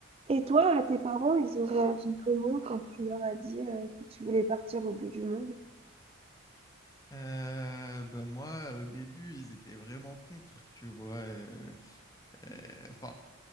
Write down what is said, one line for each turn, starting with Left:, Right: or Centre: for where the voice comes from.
Right: Et toi, euh, tes parents, ils ont réagi comment quand tu leur as dit euh, que tu voulais partir au bout du monde?
Left: Euh, bah moi, au début, ils étaient vraiment contre, tu vois. euh, euh, enfin,